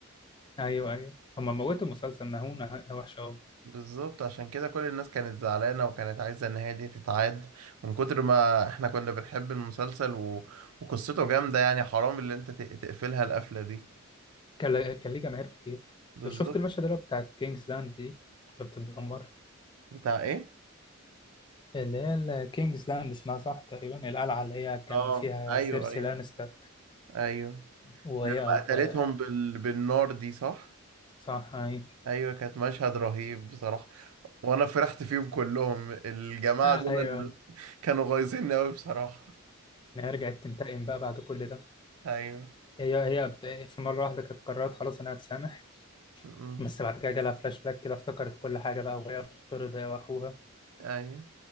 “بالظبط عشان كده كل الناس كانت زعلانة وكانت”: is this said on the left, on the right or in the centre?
Right